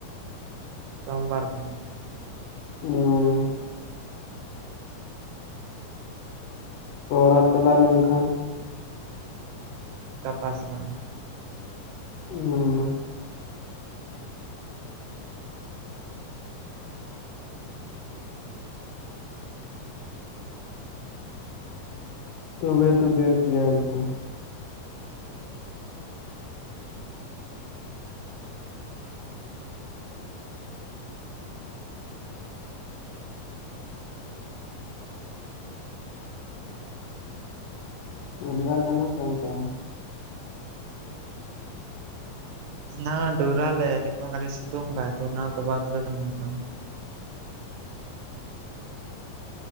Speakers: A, on the right (about 80°); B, on the left (about 75°).
A: ᱥᱳᱢᱵᱟᱨ ᱠᱷᱚᱱ
B: ᱦᱢᱢ <inaudible> ᱛᱚ ᱚᱲᱟᱜ ᱪᱟᱞᱟᱜ ᱞᱮᱱᱠᱷᱟᱱ
A: ᱜᱟᱯᱟ ᱥᱮᱱᱚᱜ ᱤᱧ <inaudible>
B: ᱚᱢᱢ <inaudible> ᱛᱚᱵᱮ ᱛᱚᱵᱮᱫ ᱜᱮᱭᱟ ᱮᱱᱠᱷᱟᱱ ᱩᱫᱜᱟᱹᱨ ᱠᱟᱱᱟ ᱥᱮ ᱚᱱᱛᱮ ᱦᱚᱸ
A: ᱮᱱᱟᱝ ᱰᱩᱨᱩᱜ ᱞᱮᱜ-ᱟ ᱱᱤᱛᱚᱜ ᱥᱤᱛᱩᱝ ᱮᱫᱟ ᱚᱱᱟᱛᱮ ᱵᱟᱫ ᱦᱮᱡ ᱟᱡᱟᱱᱟ ᱱᱤᱛᱚᱝ <inaudible>